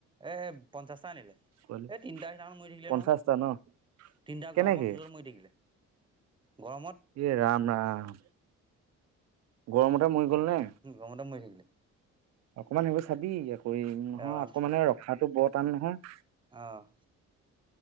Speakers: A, on the right (about 15°); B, on the right (about 60°).
A: এ, পঞ্চাছটা আনিলে।
B: পোৱালি
A: এ, তিনিটা সেইদিনা মৰি থাকিলে
B: পঞ্চাশটা
A: নহয়।
B: ন
A: তিনিটা
B: কেনেকে
A: গৰমত <unintelligible> মৰি থাকিলে। গৰমত
B: এ, ৰাম ৰাম। গৰমতে মৰি গ'ল নে?
A: গমতে মৰি থাকিলে।
B: অকমান সেইবোৰ চাবি আকৌ <unintelligible>
A: আহ
B: আকৌ মানে ৰখাটো বৰ টান নহয়।
A: অ'।